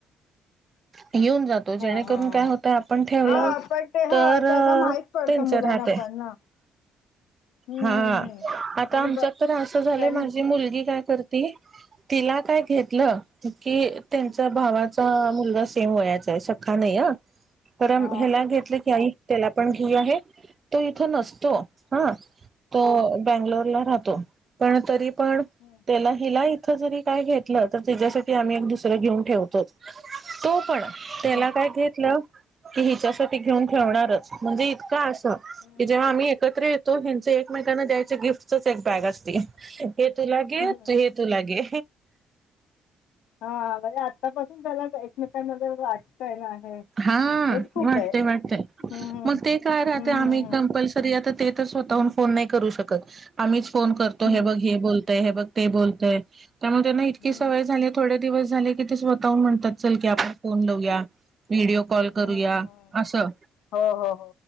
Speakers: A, on the right; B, on the left.
A: येऊन जातो. तो जेणेकरून
B: हा हा हा
A: काय
B: हा
A: होत आपण ठेवलं
B: हा पण ते
A: तर
B: ह त्यांना माहित पडतं
A: त्यांच
B: मुलांना
A: राहत.
B: पण ना हम्म
A: हा,
B: हम्म हम्म
A: आता
B: त्यांनी
A: आमच्यात
B: ब
A: तर असं झालंय
B: त्यांनी
A: माझी मुलगी काय करती. तिला काय घेतलं की त्यांचा भावाचा मुलगा सेम वयाचा आहे कां नाही अं. कारण
B: हा
A: ह्याला घेतलं की आई त्याला पण घेऊया हे तो इथं नसतो हा तो बंगलोरला राहतो पण तरी पण
B: हं.
A: त्याला हिला इथं जरी काय घेतलं तर त्याच्यासाठी आम्ही एक दुसरं घेऊन ठेवतोच. तो पण त्याला
B: हम्म
A: काय घेतलं की हिच्यासाठी घेऊन ठेवणारच म्हणजे इतका असं
B: हम्म
A: की जेव्हा आम्ही एकत्र येतो ह्यांचे एकमेकांना द्यायचे गिफ्टच एक बॅग अस हे तूला गे
B: हम्म.
A: हे तूला गे.
B: हा म्हणजे आतापासून त्याला एकमेकांमध्ये वाटतंय ना, हे
A: हा
B: हेच खूप
A: वाटतेय
B: आहे
A: वाटतय
B: हम्म
A: मग ते काय राहते
B: हम्म
A: आम्ही
B: हम्म
A: कंपल् ते तर स्वतःहून फोन नाही करू शकत, आम्हीच फोन करतो
B: हम्म हम्म
A: हे बघ हे बोल. हे बघ ते बोलतय त्यामुळे त्यांना इतकी
B: हम्म
A: सवय
B: हम्म
A: झालीये थोडे दिवस झाले कि ते स्व स्वतः म्हणतात चल की आपण फोन लावूया, व्हिडिओ कॉल
B: हम्म
A: करूया
B: हम्म
A: असं.
B: हो हो.